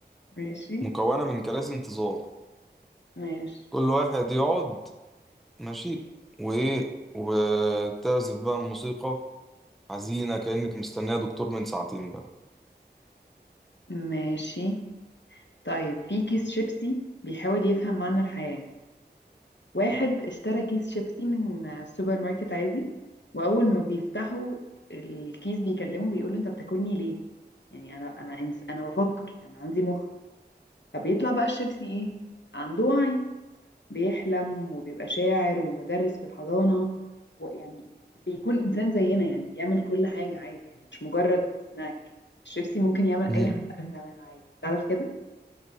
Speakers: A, on the left (about 85°); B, in the centre.
A: ماشي
B: مكونة من كراسي انتظار
A: ماشي
B: كل واحد يقعد ماشي وايه وتعزف بقى الموسيقى حزينة كأنك مستنية دكتور من ساعتين بقى
A: ماشي طيب في كيس شيبسي بيحاول يفهم معنى الحياة واحد اشترى كيس شيبسي من آه، السوبر ماركت عادي وأول ما بيفتحوا الكيس بيكلمه بيقول له أنت بتاكلني ليه؟ يعني أنا أنا إنس- أنا بفكر أنا عندي مخ فبيطلع بقى الشيبسي إيه؟ عنده وعي بيحلم وبيبقى شاعر ومدرس في الحضانة ويعني بيكون إنسان زينا يعني بيعمل كل حاجة عادي يعني مش مجرد سناك الشيبسي ممكن يعمل
B: مم.
A: أي حاجة بتعملها عادي تعرف كده؟